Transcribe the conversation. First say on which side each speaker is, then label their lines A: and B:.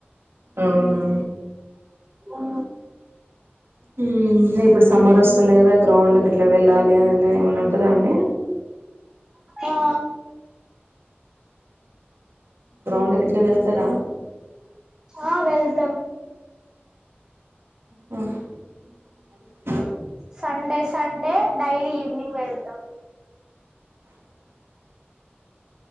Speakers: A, on the right (about 75°); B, on the right (about 20°).
A: అవునా
B: ఆ
A: హ్మ్. ఇప్పుడు సమ్మర్ వస్తుంది కదా గ్రౌండ్ గిలా వెళ్ళాలి అన్నది ఏమన్నా ఉంటందా అండి
B: ఆ
A: గ్రౌండ్ కిట్లా వెళ్తారా
B: ఆ వెల్కమ్
A: ఆహా
B: సండే సండే డైలీ ఈవినింగ్ వెళ్తాం